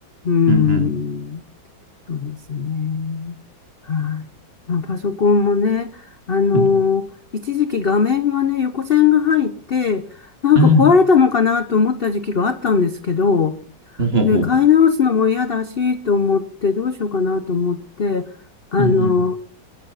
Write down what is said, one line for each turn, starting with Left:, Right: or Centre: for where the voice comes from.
Left: うん、
Right: うん
Left: そうですね。はい。まあ、パソコンもね、あの、
Right: うん。うん。
Left: 一時期画面がね、横線が入って、なんか壊れたのかなと思った時期があったんですけど、
Right: うん。ほうほ
Left: で、買い直すのも嫌だし、と思って、どうしようかなと思って、あの、
Right: う。うんうん。